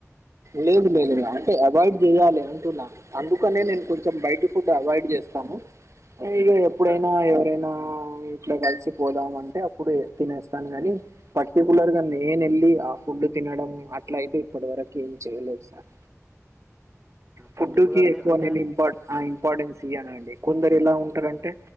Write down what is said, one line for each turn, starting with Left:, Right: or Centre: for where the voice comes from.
Right: లేదు లేదు అవాయిడ్ చేయాలి అంటున్నాను అందుకనే నేను కొంచెం బయటి ఫుడ్ అవాయిడ్ చేస్తాను ఇక ఎప్పుడైనా
Centre: సార్
Right: ఎవరైనా ఇట్లో కలిసి పోదామ అంటే అప్పుడు తినేస్తాను కాని పర్టికులర్ గా నేన వెళ్ళి ఆ ఫుడ్ తినడం అట్ల అయితే ఇప్పటి వరకు ఏం చేయలే సార్ ఫుడ్
Centre: పర్టికులర్లీ
Right: కి ఎక్కువ
Centre: అంటే
Right: నను ఇంపార్ ఆ ఇంపార్టెన్స్ సియనా అండి కొందరు ఎలా ఉంటారంటే